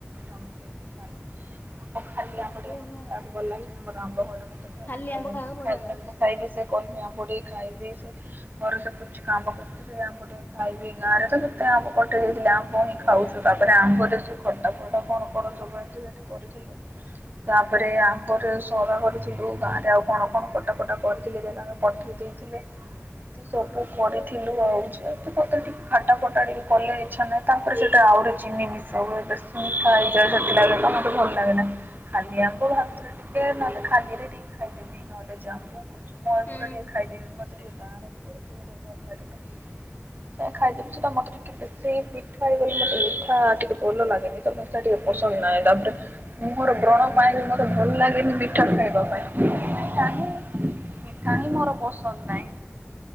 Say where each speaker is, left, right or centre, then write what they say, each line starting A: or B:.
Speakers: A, on the right (about 45°); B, on the left (about 50°).
A: ଆମ୍ବ ଖାଲି ଆମ୍ବ
B: ଓହୋ
A: ଟିକେ ମୋତେ ଖାଇବାକୁ ଭଲ ଲାଗେ। ବଟ ଆମ୍ବ ଖଟା ମତେ ଭଲ
B: ଖାଲି
A: ଲାଗେନି,
B: ଆମ୍ବ ଖାଇବାକୁ ବଢିଆ
A: ଖାଲି
B: ଲାଗୁଛି।
A: ଆମ୍ବ ଖାଇଲେ ସେ କହିବେ ଆମ୍ବ ଟିକେ ଖାଇଦେ ସେ ମୋର ସେତେ ଆମ ପଟେ ଆମ୍ୱ ଟିକେ ଖାଇବି ଗାଁରେ ତ କେତେ ଆମ ପଟେଇଦେଇଥିଲି ଆମ୍ୱ ହିଁ
B: ହୁଁ
A: ଖାଉଛୁ। ସେ ଆମ୍ୱରେ ସେ ଖଟା ଫଟା କଣ କଣ ସବୁ ଏମିତିମତି କରିଥିଲୁ ତାପରେ ଆମ୍ୱ ରେ ସରା କରିଚି। ଆଉ ଗାଁରେ ଆଉ କଣ କଣ କଟାକଟା କରିଥିଲେ ଯେ ତାଙ୍କେ ପଠେଇ ଦେଇଥିଲେ ଏ ତି ସବୁ କରିଥିଲୁ ଆଉଛ ତୁ କତ ଟିକ ଖାଟା ଫଟା ଟିକେ କଲେ ଇଚ୍ଛା ନାହିଁ ତାପରେ ସେଟା ଆହୁରି ଚିନି ମିସା ହୁଏ ବେଶି ମିଠା ହେଇଯାଏ ସେଥିଲାଗି ତ ଭଲ ଲାଗେ ନା ଖାଲି ଆମ୍ୱ ଭା ମ ଟିକେ ନହେଲେ ଖାଲି ରେ ଟିକେ ଖାଇଦେବି ନହେଲେ ଜାମୁ କୁସୁମ ଏଗୁରା
B: ହୁଁ
A: ଟିକେ ଖାଇଦେବି ମତେ ଟେ ଗାଁ ର ଫ <unintelligible> ଟିକେ ଭଲ ଲାଗେ ତ ଜାଏଖାଇଦେବି ସେଟା ମତ ଟିକେ କି ସେଇ ମିଠା ହେଇଗଲେ ମତେ ମିଠା ଟିକେ ଭଲ ଲାଗେନି ତ ମିଠା ଟିକେ ପସନ୍ଦ ନାଇଁ ତାପରେ ମୁଁ ମୋର ବ୍ରଣ ପାଇଁ ବି ମତେ ଭଲ ଲାଗେ ବି ମିଠା ଖାଇବା ପାଇଁ ନାହି ମିଠାହିଁ ମୋର ପସନ୍ଦ ନାଇ।